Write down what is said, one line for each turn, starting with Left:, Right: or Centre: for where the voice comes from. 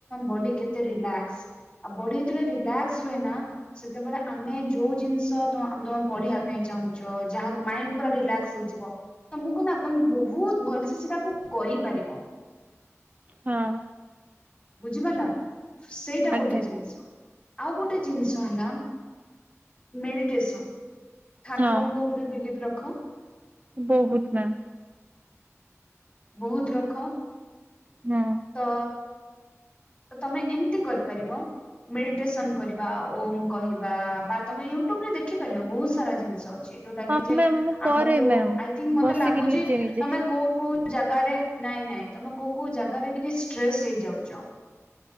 Left: ବଡି କେତେ ରିଲାକ୍ସ ଆଉ ବ ଯେତେବେଳେ ରିଲାକ୍ସ ହୁଏ ନା ସେତେବେଳେ ଆମେ ଯୋଉ ଜିନିଷ ତମେ ପଢିବା ପାଇଁ ଚାହୁଁଛ ଯାହା ମାଇଣ୍ଡ ପୁର ରିଲାକ୍ସ ହେଇଯିବ। ତମକୁ ନା ତମେ ବହୁତ ଭଲସେ ସେଟାକୁ କରିପାରିବ।
Right: ହଁ।
Left: ବୁଝିପାରିଲ ସେଇଟା ଗୋଟେ
Right: ଆଜ୍ଞା
Left: ଜିନିଷ
Right: ମ୍ୟାମ୍
Left: ଆଉ ଗୋଟେ ଜିନିଷ ହେଲା। ମେଡିଟେସନ ଠାକୁରଙ୍କ
Right: ହଁ
Left: ଉପରେ ବିଲିଫ ରଖ।
Right: ବହୁତ ମ୍ୟାମ୍।
Left: ବହୁତ ରଖ।
Right: ହଁ।
Left: ତ ତମେ ଏମିତି କରିପାରିବ। ମେଡିଟେସନ କରିବା ଓମ୍ କହିବା ବା ତମେ ୟୁଟ୍ୟୁବ ରେ ଦେଖିପାରିବ ବହୁତ ସାରା ଜିନିଷ ଅ ଯୋଉଟା
Right: ହଁ
Left: କି ଯେ
Right: ମ୍ୟାମ୍ ମୁଁ
Left: ଆମକୁ
Right: କରେ ମ୍ୟାମ୍
Left: ଆଇ ଥିଙ୍କ ମତେ
Right: ବସିକି
Left: ଲାଗୁଛି
Right: ନିଜେ ନିଜେ
Left: ତମେ କୋଉ କୋଉ ଜାଗାରେ ନାଇଁ ନାଇଁ ତମେ କୋଉ କୋଉ ଜାଗାରେ ଟିକେ ଷ୍ଟ୍ରେସ୍ ହେଇଯାଉଛ।